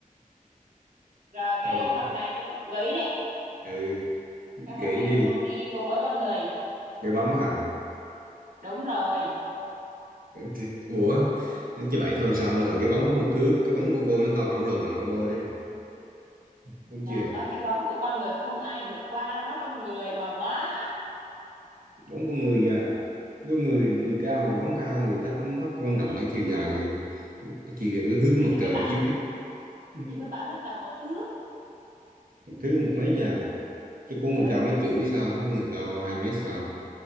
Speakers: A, on the right; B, on the right.
A: Rồi cái
B: Thôi bà
A: vật này luôn gợi ý nè,
B: ừ gãy
A: cái vật này
B: đi
A: luôn luôn đi cùng với con người.
B: cái bóng à
A: Đúng rồi,
B: Thì- ủa chứ vậy thôi sao là rồi cái bóng có một thước cái bóng con voi nó to khổng lồ bằng con voi đấy đúng
A: đang
B: chưa
A: nói cái bóng của con người không ai vượt qua, đang nói con người mà bá
B: bóng con người à có người người cao thì bóng cao người thấp bóng thấp quan trọng là cái chiều dài cái chiều cái hướng của mặt
A: thì mới
B: trời
A: bảo
B: nó chiếu chứ ừ.
A: thì mới bảo nó tầm một thước
B: Một thứ một mấy già chứ có người
A: ừ
B: cao mấy rưỡi sao có người cao hai mấy sao